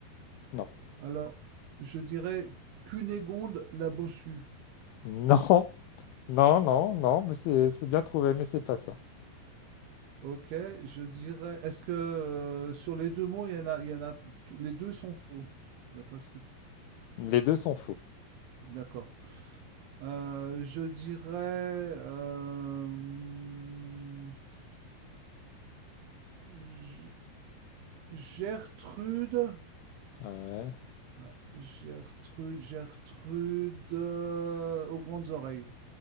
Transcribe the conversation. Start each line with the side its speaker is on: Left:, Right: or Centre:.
Left: Non. <laughs>
Right: Alors, je dirais Cunégonde la bossue.
Left: Non. Non, non, non, mais c'est c'est bien trouvé, mais c'est pas ça.
Right: Ok, je dirais. Est-ce que euh, sur les deux mots, il y en a, il y en a, t- les deux sont faux, d'après ce que.
Left: Les deux sont faux.
Right: D'accord. Euh, je dirais euh, hum, G- Gertrude.
Left: Ouais.
Right: Ah, Gertrude, Gertrude euh, aux grandes oreilles.